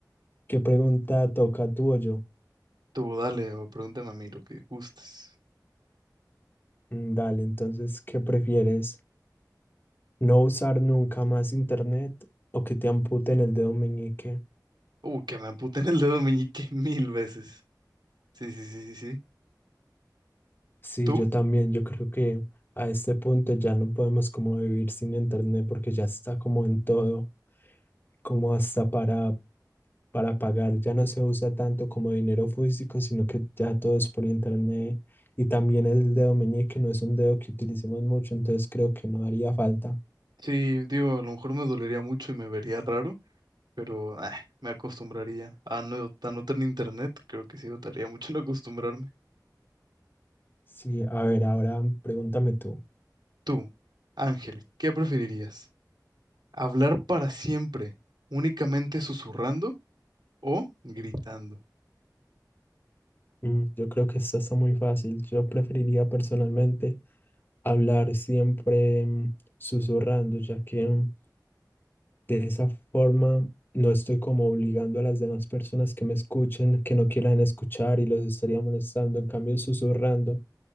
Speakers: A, on the left; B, on the right.
A: qué pregunta toca tú o yo?
B: Tú dale o pregúntame a mí lo que gustes.
A: Mm, Dale, entonces, ¿qué prefieres? ¿No usar nunca más internet o que te amputen el dedo meñique?
B: Uh, que me amputen el dedo meñique <laughs> mil veces. Sí, sí, sí, sí, sí.
A: Sí,
B: ¿Tú?
A: yo también, yo creo que a este punto ya no podemos como vivir sin internet porque ya está como en todo, como hasta para para pagar ya no se usa tanto como dinero físico, sino que ya todo es por internet y también el dedo meñique no es un dedo que utilicemos mucho, entonces creo que no haría falta.
B: Sí, digo, a lo mejor me dolería mucho y me vería raro, pero ah, me acostumbraría. A no, a no tener internet, creo que sí dotaría mucho en acostumbrarme.
A: Sí, a ver, ahora pregúntame tú.
B: Tú, Ángel, ¿qué preferirías? ¿Hablar para siempre únicamente susurrando o gritando?
A: Mm, Yo creo que esta está muy fácil. Yo preferiría personalmente hablar siempre mm, susurrando, ya que mm, De esa forma, no estoy como obligando a las demás personas que me escuchen, que no quieran escuchar y los estaría molestando. En cambio, susurrando,